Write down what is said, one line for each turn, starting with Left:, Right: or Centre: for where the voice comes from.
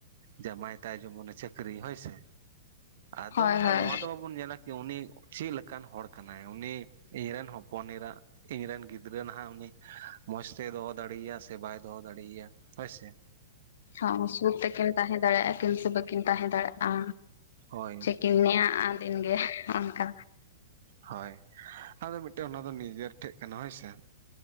Right: ᱡᱟᱢᱟᱭ ᱛᱟᱭ ᱡᱮᱢᱚᱱᱮ ᱪᱟᱹᱠᱨᱤ ᱦᱳᱭ ᱥᱮ᱾ ᱟᱫᱚ
Left: ᱦᱳᱭ
Right: ᱱᱟᱦᱟᱸᱜ
Left: ᱦᱳᱭ
Right: ᱱᱚᱣᱟ ᱫᱚ ᱵᱟᱵᱚᱱ ᱧᱮᱞᱟ ᱡᱮ ᱩᱱᱤ ᱪᱮᱫ ᱞᱮᱠᱟᱱ ᱦᱚᱲ ᱠᱟᱱᱟᱭ, ᱩᱱᱤ ᱤᱧ ᱨᱮᱱ ᱦᱚᱯᱚᱱ ᱮᱨᱟ ᱤᱧ ᱨᱮᱱ ᱜᱤᱫᱽᱨᱟᱹ ᱱᱟᱦᱟᱸᱜ ᱩᱱᱤ ᱢᱚᱸᱡᱽ ᱛᱮ ᱫᱚᱦᱚ ᱫᱟᱲᱮᱭᱼᱭᱟ, ᱥᱮ ᱵᱟᱭ ᱫᱚᱦᱚ ᱫᱟᱲᱮᱭᱼᱭᱟ ᱦᱳᱭᱥᱮ᱾
Left: ᱦᱚᱸ ᱥᱩᱠ ᱛᱮᱠᱤᱱ ᱛᱟᱦᱮᱸ ᱫᱟᱲᱮᱭᱟᱜᱼᱟ, ᱠᱤᱱ ᱥᱮ ᱵᱟᱹᱠᱤᱱ ᱛᱟᱦᱮᱸ ᱫᱟᱲᱮᱭᱟᱜᱼᱟ᱾
Right: ᱦᱳᱭ
Left: ᱪᱮᱠᱤᱱ ᱱᱮᱭᱟᱜᱼᱟ, ᱫᱤᱱ ᱜᱮ ᱚᱱᱠᱟ᱾
Right: ᱦᱳᱭ ᱟᱫᱚ ᱢᱤᱫᱴᱮᱱ ᱚᱱᱟ ᱫᱚ, ᱱᱤᱡᱮᱨ ᱴᱷᱮᱡ ᱠᱟᱱᱟ ᱦᱳᱭ ᱥᱮ᱾